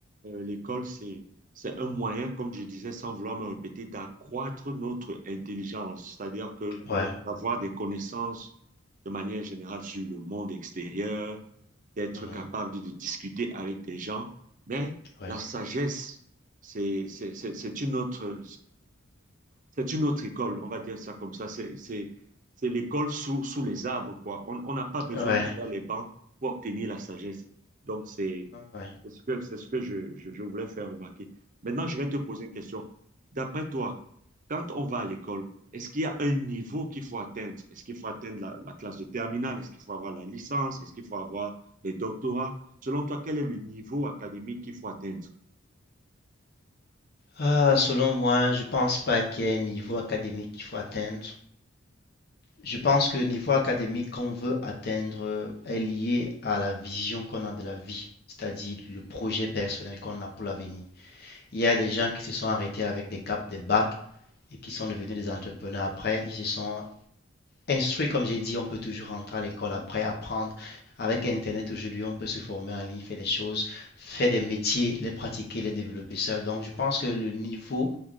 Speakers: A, on the right; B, on the left.
A: euh, l'école, c'est, c'est un moyen, comme je disais, sans vouloir me répéter, d'accroître notre intelligence, c'est-à-dire que
B: ouais.
A: d'avoir des connaissances de manière générale sur le monde extérieur d'être
B: Mhm, Mhm.
A: capable de, de discuter avec des gens, mais
B: Oui,
A: la sagesse, c'est une autre, c'est une autre école, on va dire ça comme ça. C'est l'école sous, sous les arbres, quoi. On n'a pas besoin
B: ouais,
A: de faire les bancs pour obtenir la sagesse. Donc, c'est
B: ouais.
A: c'est ce que, c'est ce que je, je- je voulais faire remarquer. Maintenant, je vais te poser une question. D'après toi, quand on va à l'école, est-ce qu'il y a un niveau qu'il faut atteindre? Est-ce qu'il faut atteindre la, la classe de terminale? Est-ce qu'il faut avoir la licence? Est-ce qu'il faut avoir les doctorats? Selon toi, quel est le niveau académique qu'il faut atteindre?
B: Ah, selon moi, je pense pas qu'il y ait un niveau académique qu'il faut atteindre. Je pense que le niveau académique qu'on veut atteindre euh, est lié à la vision qu'on a de la vie, c'est-à-dire le projet personnel qu'on a pour l'avenir. Il y a des gens qui se sont arrêtés avec des caps, des bacs et qui sont devenus des entrepreneurs après. Ils se sont instruit, comme j'ai dit, on peut toujours rentrer à l'école après, apprendre. Avec Internet aujourd'hui, on peut se former en ligne, faire des choses, faire des métiers, les pratiquer, les développer seul. Donc, je pense que le niveau